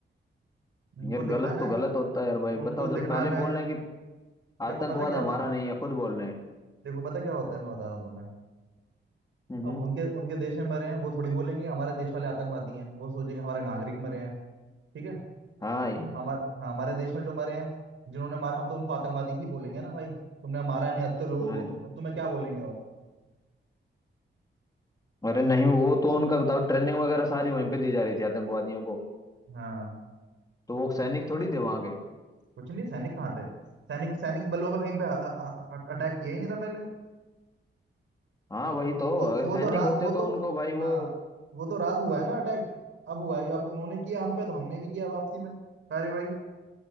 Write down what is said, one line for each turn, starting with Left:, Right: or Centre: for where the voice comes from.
Right: उनको
Left: यार
Right: दिखाना
Left: गलत तो
Right: है
Left: गलत होता है यार भाई
Right: उनको
Left: बताओ जब
Right: दिखाना
Left: पहले बोल
Right: है
Left: रहे हैं कि आतंकवाद
Right: देखो पता क्या
Left: हमारा
Right: होता है
Left: नहीं है खुद बोल रहे हैं
Right: देखो पता क्या होता है मैं बता रहा हूँ तुम्हें
Left: हम्म
Right: अब उनके उनके देश में मरे हैं वो थोड़ी बोलेंगे हमारे देश वाले आतंकवादी हैं वो सोचेंगे हमारे नागरिक मरे हैं ठीक है
Left: हाँ ये
Right: हमारे हाँ, हमारे देश में जो मरे हैं जिन्होंने मारा हम तो उनको आतंकवादी ही बोलेंगे ना भाई तुमने मारा निहत्तर लोगों
Left: हाँ ये
Right: को
Left: तो
Right: और तुम्हें क्या बोलेंगे और
Left: अरे नहीं वो तो उनका बताओ ट्रेनिंग वगैरह सारी वहीं पे दी जा रही थी आतंकवादियों को
Right: हाँ
Left: तो वो सैनिक थोड़ी थे वहां के
Right: कुछ नहीं सैनिक कहाँ थे सैनिक सैनिक बलों में कहीं पे अटैक किया ही नहीं था पहले
Left: हाँ वही
Right: वो
Left: तो
Right: वो
Left: अगर
Right: वो
Left: सैनिक
Right: तो रात
Left: होते
Right: वो
Left: तो
Right: तो
Left: उनको भाई वो
Right: हाँ वो तो रात हुआ है ना अटैक अब हुआ है अब उन्होंने किया हम पे तो हमने भी किया वापसी में कार्रवाई